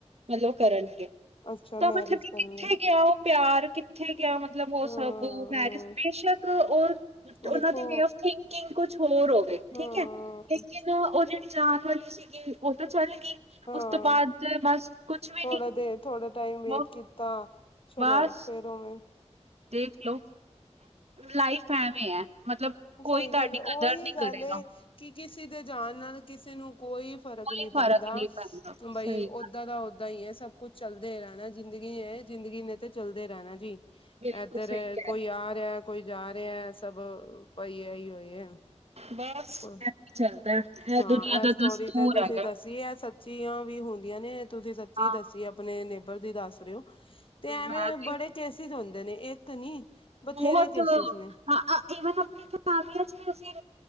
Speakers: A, on the right (about 60°); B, on the left (about 50°).
A: ਮਤਲਬ ਕਰਨਗੇ।
B: ਅੱਛਾ
A: ਤਾਂ
B: ਮੈਰਿਜ
A: ਮਤਲਬ
B: ਕਰਨਗੇ
A: ਕਿੱਥੇ ਗਿਆ ਉਹ ਪਿਆਰ ਉੱਥੇ ਗਿਆ ਮਤਲਬ ਉਹ
B: ਹਾਂ
A: ਸਭ, ਮੈਰਿਜ ਬੇਸ਼ੱਕ ਉਹ ਉਹਨਾਂ
B: ਦੇਖੋ
A: ਦੀ ਵੇ ਆਫ ਥਿੰਕਿੰਗ ਕੁਛ ਹੋਰ ਹੋਵੇ ਠੀਕ
B: ਹਾਂ
A: ਹੈ। ਲੇਕਿਨ ਉਹ ਜਿਹੜੀ ਜਾਣ ਵਾਲੀ ਸੀਗੀ। ਉਹ ਤਾਂ ਚੱਲ ਗਈ।
B: ਹਾਂ।
A: ਉਸ ਤੋਂ ਬਾਅਦ ਬਸ ਕੁਛ ਵੀ
B: ਥੋੜਾ
A: ਨੀ
B: ਦੇਰ ਥੋੜਾ ਟਾਈਮ ਵੇਟ
A: ਉਹ
B: ਕੀਤਾ। ਚਲੋ,
A: ਬਸ
B: ਫੇਰ ਉਵੇਂ
A: ਦੇਖ ਲੋ। ਲਾਈਫ ਐਵੇਂ ਹੈ। ਮਤਲਬ,
B: ਸਹੀ
A: ਕੋਈ ਤੁਹਾਡੀ
B: ਗੱਲ ਹੈ, ਉਹੀ
A: ਕਦਰ ਨਹੀਂ
B: ਗੱਲ
A: ਕਰੇਗਾ
B: ਕਿ ਕਿਸੇ ਦੇ ਜਾਾਨ ਨਾਲ, ਕਿਸੇ ਨੂੰ ਕੋਈ ਫ਼ਰਕ
A: ਕੋਈ
B: ਨਹੀਂ ਪੈਂਦਾ।
A: ਫ਼ਰਕ ਨਹੀਂ ਪੈਂਦਾ
B: ਬਈ
A: ਸਹੀ ਗੱਲ,
B: ਓਦਾਂ ਦਾ ਸਹੀ ਹੈ, ਸਭ ਕੁਛ ਚੱਲਦੇ ਰਹਿਣਾ, ਜ਼ਿੰਦਗੀ ਹੈ ਜ਼ਿੰਦਗੀ ਨੇ ਤੇ ਚੱਲਦੇ ਰਹਿਣਾ ਜੀ।
A: ਬਿਲਕੁਲ
B: ਇਧਰ
A: ਸਹੀ ਕਹਿ
B: ਕੋਈ ਆ ਰਿਹਾ, ਕੋਈ ਜਾ ਰਿਹਾ। ਸਭ ਭਾਈ ਹੋਏ ਆ।
A: ਭਾਰਤ।
B: ਉਐ।
A: ਚੱਲਦਾ।
B: ਹਾਂ।
A: ਦਾ
B: ਇਹ ਸਟੋਰੀ
A: ਦਸਤੂਰ
B: ਤੇ ਤੁਸੀਂ
A: ਹੈਗਾ
B: ਦੱਸੀ ਇਹ ਸੱਚੀਆਂ ਵੀ ਹੁੰਦੀਆਂ ਨੇ ਤੁਸੀਂ ਸੱਚੀ
A: ਹਾਂ
B: ਦੱਸੀ। ਆਪਣੇ ਨੇਬਰ ਦੀ ਦੱਸ ਰਹੇ ਹੋ। ਤੇ ਐਵੇਂ
A: ਮੈਂ ਤੇ
B: ਬੜੇ ਕੇਸਿਸ ਹੁੰਦੇ ਨੇ ਇੱਕ ਨੀ। ਬਥੇਰੇ
A: ਬਹੁਤ
B: ਕੇਸਿਸ
A: ਹਾਂ।
B: ਨੇ
A: ਵਨ ਆਪਣੇ ਮਗ ਅਸੀਂ